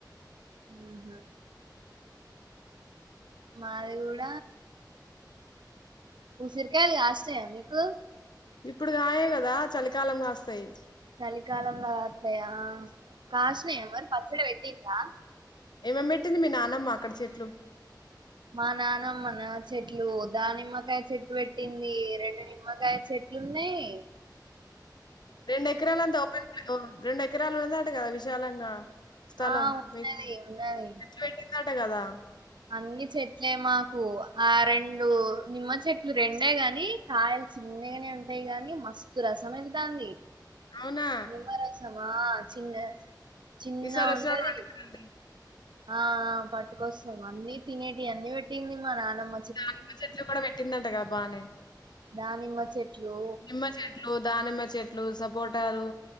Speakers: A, on the right; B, on the left.
A: ఉహా మాది గూడ ఉసిర కాయలు కాస్తున్నాయా మీకు
B: ఇప్పుడు కాయవు కదా చలికాలం కాస్తాయి
A: చలికాలంలో కాత్తయా కాసినయ మరి పచ్చడి పెట్టిన్రా
B: ఏమేం ఎమేం పెట్టింది మీ నానమ్మ అక్కడ చెట్లు
A: మా నానమ్మ నా చెట్లు దానిమ్మకాయ చెట్టు పెట్టింది రెండు నిమ్మకాయ చెట్ లున్నాయ్
B: రెండు ఎకరలుంతా ఓపెన్ రెండు ఎకరాలు ఉండదాట కదా విశాలంగా స్థలం
A: ఆ ఉన్నది
B: మీకు
A: ఉన్నది
B: ఎత్తి పెట్టిందట కదా
A: అన్ని చెట్లే మాకు ఆ రెండు నిమ్మ చెట్లు రెండే గాని కాయలు చిన్నగానే ఉంటాయి గాని మస్తు రసం అయితాంది
B: అవునా
A: నిమ్మరసామా చిన్న చిన్నగా
B: ఈసారి వచ్చినప్పుడు
A: ఉంటది
B: పట్టుకురండి
A: ఆ ఆ పట్టుకోస్తాం అన్నీ తినేటివి అన్ని పెట్టింది మా నానమ్
B: దానిమ్మ చెట్లు కూడా పెట్టిందంట కదా బానే
A: దానిమ్మ చెట్లు
B: నిమ్మ చెట్లు దానిమ్మ చెట్లు సపోటాలు